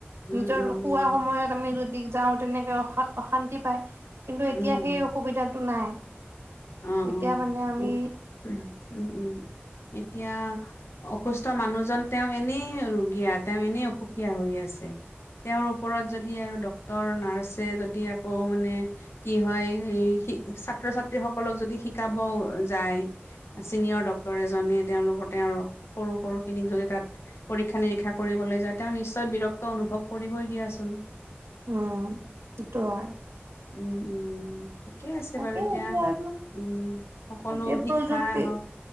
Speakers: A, on the left; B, on the right.
A: উম,
B: নিজৰ
A: উম,
B: ৰো
A: উম,
B: সময়ত আমি যদি যাওঁ, তেনেকে অশা অশান্তি পায়। কিন্তু এতিয়া
A: উম।
B: সেই সুবিধাটো নাই।
A: অ',
B: এতিয়া মানে আমি
A: অ', উ, উম, উম, এতিয়া অসুস্থ মানুহজন তেওঁ এনেই ৰোগীয়া, তেওঁ এনেই অসুখীয়া হৈ আছে। তেওঁৰ ওপৰত যদি আৰু ডক্তৰ নাৰ্ছে যদি আকৌ মানে কি হয়, ছাত্ৰ-ছাত্ৰী সকলক যদি শিকাব যায়। ছিনিয়ৰ ডক্তৰ এজনে তেওঁলোকৰ তেওঁৰ সৰু সৰু খিনিক যদি তাত পৰীক্ষা নিৰীক্ষা কৰিবলৈ যায়, তেওঁ নিশ্চয় বিৰক্ত অনুভৱ কৰিবই দিয়াচোন।
B: উম, সেইটো হয়।
A: উম, উম, ঠিকেই আছে
B: তাকে
A: বাৰু এতিয়া
B: আৰু
A: উম, সকলো
B: এতিয়া
A: শিক্ষাই
B: প্ৰযুক্তি
A: হওক,